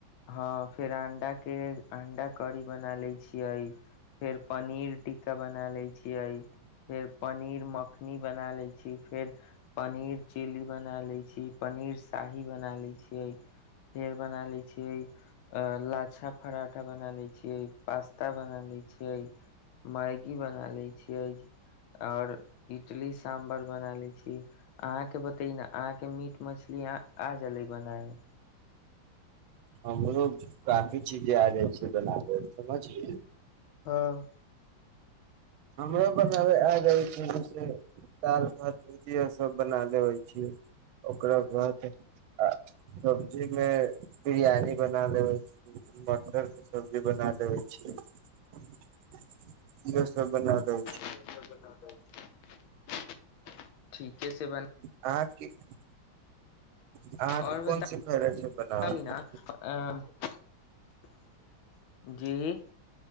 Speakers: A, on the left; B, on the right.
A: हऽ फेर अंडा केँ अंडा कड़ी बना लै छियै फेर पनीर टिक्का बनै लै छियै फेर पनीर मखनी बना लै छी फेर पनीर चिली बना लै छि पनीर शाही बना लै छियै फेर बना ले छियै अ लाछा फराठा बना ले छियै पास्ता बना ले छियै मैगी बना ले छियै और इटली साम्बर बना लै छी अहाँकेँ बते न अहाँकेँ मीट मछलीया आ गलै बनाबे
B: हमरो काफी चीजे आ जाइ छै बनाबे समझली
A: हऽ
B: हमरो बनाबैय आ <unintelligible> दाल भात भुजिया सब बना लेबै छियै ओकरा बाद आ सब्जी में बिरियानी बना लेबै छी मटर केँ सब्जी बना लेबै छियै <unintelligible> इहो सब बनबा दै
A: <unintelligible> ठीके से
B: अहाँकेँ की <inaudible> अहाँकेँ
A: आओर
B: कोन सिखैयै छै बनाबे
A: बताबी <unintelligible> जी